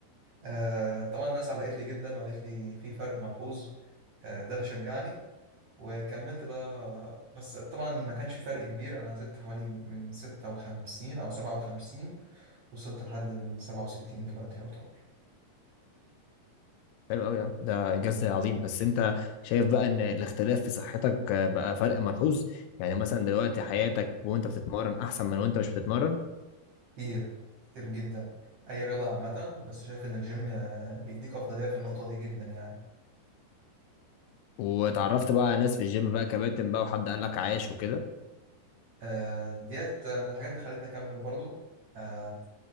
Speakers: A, on the right; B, on the left.
A: آه، طبعا الناس علقت لي جدا وقالت لي في فرق ملحوظ آه، ده اللي شجعني وكملت بقى بس طبعا ما كانش في فرق كبير انا زدت حوالي من 56 او 57 وصلت لحد ال 67 دلوقتي يعتبر
B: حلو قوي يا عم ده انجاز عظيم بس انت شايف بقى ان الاختلاف في صحتك بقى فرق ملحوظ يعني مثلا دلوقتي حياتك وانت بتتمرن احسن من وانت مش بتتمرن
A: كتير كتير جدا اي رياضة عامة بس شايف ان الجيم آه، بيديك افضلية في النقطة دي جدا يعني
B: وتعرفت بقى على ناس في الجيم بقى كباتن بقى وحد قال لك عايش وكده
A: آه، ديت من الحاجات اللي خلتني اكمل برضو آه،